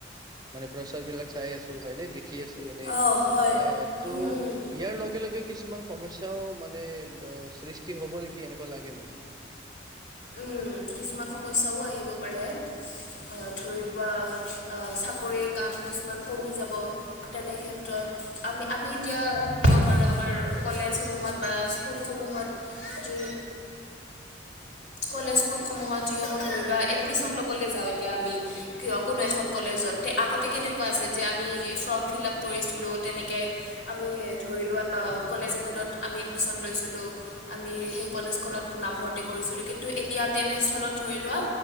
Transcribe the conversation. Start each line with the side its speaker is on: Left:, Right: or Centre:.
Right: মানে প্ৰচাৰবিলাক চাই আছো হয় নে দে খি আছোঁ এনেই,
Left: অঁ হয়
Right: এ তো
Left: উম উম
Right: ইয়াৰ লগে লগে কিছুমান সমস্যাও মানে ব' সৃষ্টি হ'ব নেকি, এনেকুৱা লাগে মোৰ।
Left: উম কিছুমান সমস্যাও আহিব পাৰে। আ ধৰি লোৱা আ চাকৰিৰ কাম কিছুমান কমি যাব। তেনে ক্ষেত্ৰত আমি আমি এতিয়া ক'ব পাৰোঁ আমাৰ কলেজ সমূহত বা স্কুল সমূহত যি কলেজ, স্কুল সমূহত যি সমূহ ধৰি লোৱা এডমিচন ল'বলে যাওঁ এতিয়া আমি কিয় কোনো এখন কলেজত তে আগতে কেনেকুৱা আছিল যে আমি ফ্ৰম ফিলাপ কৰিছিলোঁ তেনেকে আমি ধৰি লোৱা কলেজ এখনত আমি এডমিচন লৈছিলোঁ। আমি সেই কলেজখনত নামভৰ্তি কৰিছিলোঁ। কিন্তু এতিয়া তেনে স্থলত ধৰি লোৱা